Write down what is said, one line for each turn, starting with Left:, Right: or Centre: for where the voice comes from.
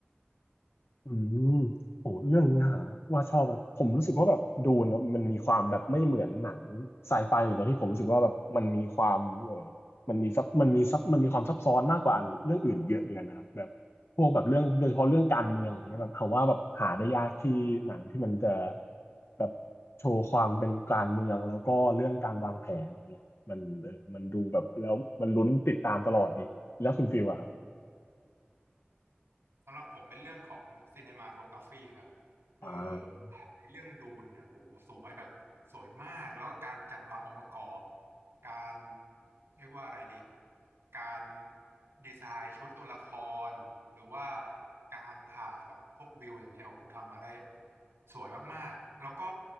Left: อืมโอ้เรื่องเนื้อหาว่าชอบอะไรผมรู้สึกว่าแบบดูนะมันมีความแบบไม่เหมือนหนังไซไฟอยู่ตรงที่ผมรู้สึกว่าแบบมันมีความเออมันมีซับมันมีซับมันมีความซับซ้อนมากกว่าเรื่องอื่นเยอะเหมือนกันนะครับแบบพวกแบบเรื่องโดยเฉพาะเรื่องการเมืองอย่างเงี้ยแบบผมว่าแบบหาได้ยากที่หนังที่มันจะแบบโชว์ความเป็นการเมืองแล้วก็เรื่องการวางแผนอย่างเงี้ยมันเออมันดูแบบแล้วมันลุ้นติดตามตลอดดีแล้วคุณฟิลอะครับ
Right: สำหรับผมเป็นเรื่องของซีเนมาโทกราฟีครับคือ
Left: อ่า
Right: ภาพในเรื่องดูนเนี่ยโหสวยแบบสวยมากแล้วก็การจัดวางองค์ประกอบการเรียกว่าอะไรดีการดีไซน์ชุดตัวละครหรือว่าการถ่ายแบบพวกวิวอย่างเงี้ยโอ้โหทำมาได้สวยมากๆแล้วก็